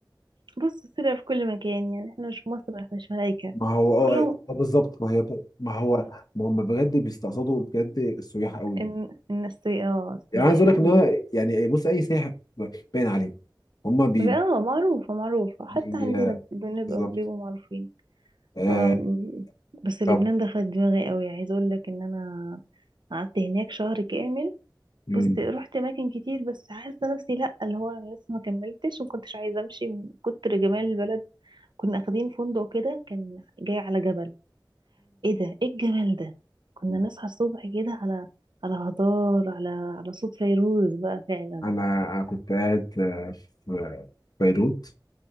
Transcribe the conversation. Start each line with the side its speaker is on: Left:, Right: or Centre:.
Right: بص السرقة في كل مكان يعني احنا مش في مصر احنا مش ملايكة
Left: ما هو اه
Right: كلهم
Left: آه، بالظبط ما هي ما هو ما هم بجد بيستقصدوا بجد السياح قوي
Right: ان ان السي اه السياح
Left: يعني عايز اقول لك ان
Right: بي-
Left: هو يعني بص اي سائح باين عليه هم بي
Right: بي- اه معروفة معروفة حتى
Left: بي
Right: عندنا
Left: آه،
Right: بنبقى
Left: بالظبط
Right: بيبقوا معروفين
Left: آه
Right: اه م- بس لبنان
Left: طب
Right: دخلت دماغي قوي عايز اقول لك ان انا قعدت هناك شهر كامل
Left: مم.
Right: بص رحت اماكن كتير بس حاسه نفسي لا اللي هو انا لسه ما كملتش وما كنتش عايزه امشي من كتر جمال البلد كنا اخدين فندق كده كان جاي على جبل ايه ده ايه الجمال ده كنا
Left: مم.
Right: نصحى الصبح كده على على هضار على على صوت فيروز بقى فعلا
Left: انا أنا كنت قاعد آه، في بيروت